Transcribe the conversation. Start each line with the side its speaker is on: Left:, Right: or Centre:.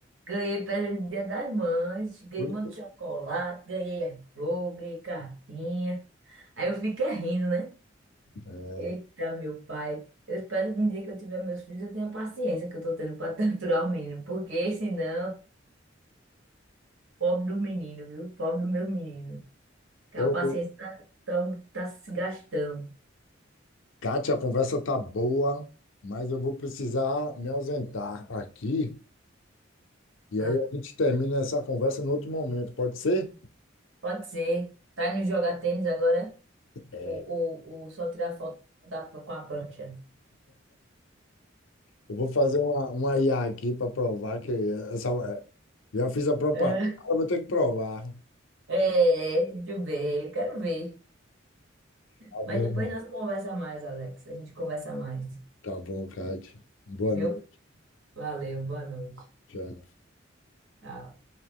Right: Ganhei presente do Dia das Mães, ganhei
Left: o-
Right: um monte de chocolate, ganhei flor, ganhei cartinha. Aí eu fiquei rindo, né?
Left: é,
Right: Eita, meu pai. Eu espero que um dia que eu tiver meus filhos, eu tenha a paciência que eu tô tendo pra <laughs> torturar o menino. Porque senão, pobre do menino, viu? Pobre do meu menino. Que
Left: Então,
Right: a paciência
Left: eu-
Right: tá, tá, tá se gastando.
Left: Kátia, a conversa tá boa, mas eu vou precisar me ausentar aqui. E
Right: Ah,
Left: aí a gente termina essa conversa em outro momento, pode ser?
Right: pode ser. Tá indo jogar tênis agora?
Left: É,
Right: Ou, ou, ou só tirar foto da, com a prancha?
Left: Eu vou fazer uma, uma IA aqui para provar que essa, é, já fiz a propaganda,
Right: É,
Left: agora vou ter que provar.
Right: é, muito bem. Quero ver.
Left: Tá
Right: Mas
Left: bom,
Right: depois nós conversa mais, Alex. A gente conversa mais,
Left: tá bom, Kátia. Boa
Right: viu?
Left: noite.
Right: Valeu, boa noite.
Left: tchau.
Right: Tchau.